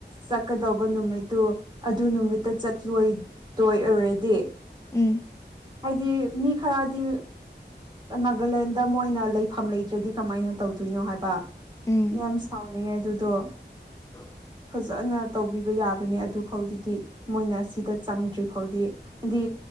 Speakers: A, on the right; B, on the left.
A: ꯆꯠꯀꯗꯧꯕ ꯅꯨꯃꯤꯠꯇꯨ ꯑꯗꯨ ꯅꯨ ꯅꯨꯃꯤꯠꯇ ꯆꯠꯂꯣꯏꯗꯣꯏ ꯑꯣꯏꯔꯗꯤ
B: ꯎꯝ
A: ꯍꯥꯏꯗꯤ ꯃꯤ ꯈꯔꯗꯤ ꯅꯥꯒꯥꯂꯦꯟꯗ ꯃꯣꯏꯅ ꯂꯩꯐꯝ ꯂꯩꯇ꯭ꯔꯗꯤ ꯀꯃꯥꯏꯅ ꯇꯧꯗꯦ ꯀꯅꯣ ꯍꯥꯏꯕ
B: ꯎꯝ
A: ꯌꯥꯝ ꯁꯥꯎꯅꯤꯡꯉꯦ ꯑꯗꯨꯗꯣ
B: <unintelligible>
A: ꯐꯖꯅ ꯇꯧꯕꯤꯕ ꯌꯥꯕꯅꯦ ꯑꯗꯨꯐꯥꯎꯗꯨꯗꯤ ꯃꯣꯏꯅ ꯁꯤꯗ ꯆꯪꯗ꯭ꯔꯤ ꯐꯥꯎꯗꯤ ꯍꯥꯏꯗꯤ